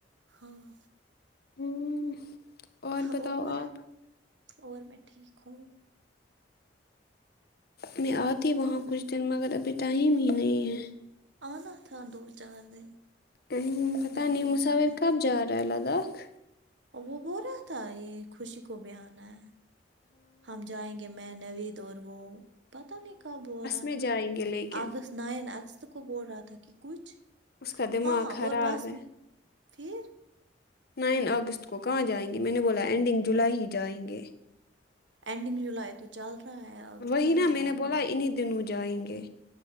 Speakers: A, on the right (about 80°); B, on the left (about 60°).
A: ہاں
B: ہ بتاؤ
A: اور
B: آپ
A: اور میں ٹھیک ہوں
B: میں آتی وہاں
A: اور
B: کچھ دن مگر ابھی ٹائم ہی نہیں ہے
A: آنا تھا دو چار دن
B: کہیں مجھے پتہ
A: دو
B: نہیں
A: تین
B: مساور
A: دن
B: کب جارہا ہے لداخ
A: اور وہ بول رہا تھا یہ خوشی کو بھی آنا ہے ہم جائیں گے میں نوید اور وہ پتا نہیں کب ہو رہا
B: پھر
A: تھا
B: جائیں گے لیکن
A: اگست نائن اگست کو بول رہا تھا کہ کچھ
B: اس کا دماغ
A: ہاں
B: خراب
A: اور بس
B: ہے
A: میں پھر
B: نائن اگست کو کہاں جائیں گے میں نے بولا اینڈنگ جولائی ہی جائیں گے
A: اینڈنگ جولائی تو چل رہا ہے اب
B: وہی
A: کہاں
B: نا
A: جاؤ
B: میں نے بولا
A: گے
B: انہیں دنوں جائیں گے